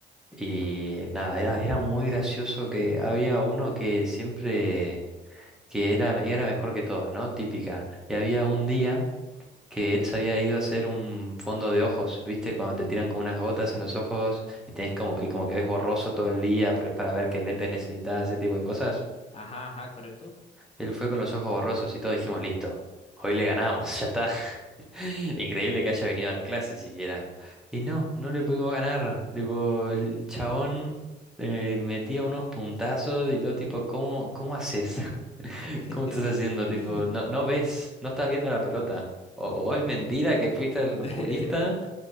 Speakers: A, in the centre; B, on the left (about 30°).
A: Y nada, era, era muy gracioso que había uno que siempre, que era, era mejor que todos, ¿no? Típica. Y había un día que él se había ido a hacer un fondo de ojos, ¿viste? Cuando te tiran con unas gotas en los ojos y tenés como, y como que ves borroso todo el día, pero es para ver qué lentes necesitas, ese tipo de cosas.
B: Ajá, ajá, correcto.
A: Él fue con los ojos borrosos y todos dijimos, listo, hoy le ganamos, <laughs> ya está. <laughs> Increíble que haya venido a la clase siquiera. Y no, no le pudimos ganar. Tipo, el chabón eh, metía unos puntazos y todo tipo, ¿cómo, cómo haces? <laughs>
B: <laughs>
A: ¿Cómo estás haciendo? Tipo, no, no ves, no estás viendo la pelota. O, o es mentira que fuiste al
B: <laughs>
A: oculista,